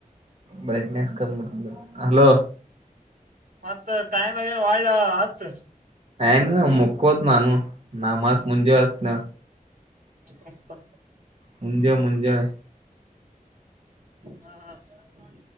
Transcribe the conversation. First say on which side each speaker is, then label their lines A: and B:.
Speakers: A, on the right (about 50°); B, on the right (about 70°).
A: ಬ್ರೈಟ್ನೆಸ್ ಕಮ್ಮ ಹಲೋ
B: ಮತ್ತ ಟೈಮ್ ಆಗನ್ ಒಳ್ಳ ಹತ್
A: ನ ನ ಮುಕ್ಕೋತ್ ನಾನು ನ ಮಾಸ್ ಮುಂಜೆವಸ್ನೆ
B: ಹಪ್ಪ
A: ಮುಂಜೆ ಮುಂಜೆ
B: ಹಾ ಹಾ